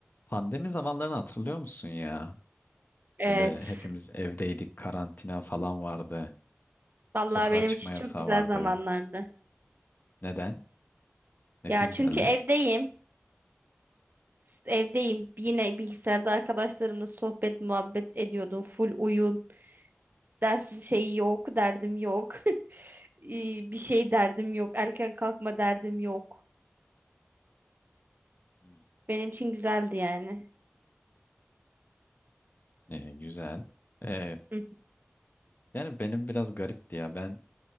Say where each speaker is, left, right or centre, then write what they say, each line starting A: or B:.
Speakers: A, on the left; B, on the right.
A: Pandemi zamanlarını hatırlıyor musun ya?
B: Evet.
A: Böyle hepimiz evdeydik, karantina falan vardı.
B: Vallahi
A: Sokağa
B: benim
A: çıkma
B: için
A: yasağı
B: çok güzel
A: vardı.
B: zamanlardı.
A: Neden? Nesi
B: Ya
A: güzeldi?
B: çünkü evdeyim. S- Evdeyim. Yine bilgisayarda arkadaşlarımla sohbet muhabbet ediyordum. Full oyun. Ders şeyi yok. Derdim yok. <laughs> İyi, Bir şey derdim yok. Erken kalkma derdim yok.
A: Hmm.
B: Benim için güzeldi yani.
A: Ee, güzel. Ee,
B: Hı
A: yani benim biraz garipti ya. Ben